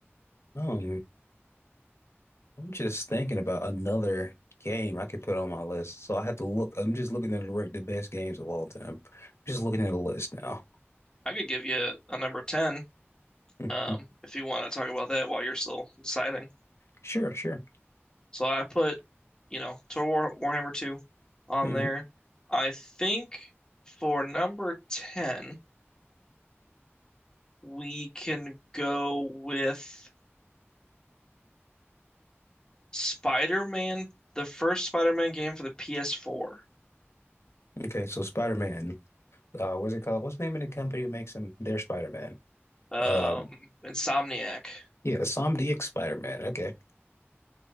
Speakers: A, on the left; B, on the left.
A: Oh, I'm just thinking about another game I could put on my list. So I have to look. I'm just looking at the rank the best games of all time. Just looking at a list now. <laughs>
B: I could give you a number 10,
A: Mhm.
B: um, if you want to talk about that while you're still deciding.
A: Sure, sure.
B: So I put, you know, Total War Warhammer 2 on
A: hmm
B: there. I think for number 10, we can go with Spider-Man, the first Spider-Man game for the PS4,
A: Okay, so Spider-Man. Uh, what's it called? What's the name of the company who makes him their Spider-Man?
B: um,
A: Um,
B: Insomniac.
A: yeah, Insomniac Spider-Man. Okay,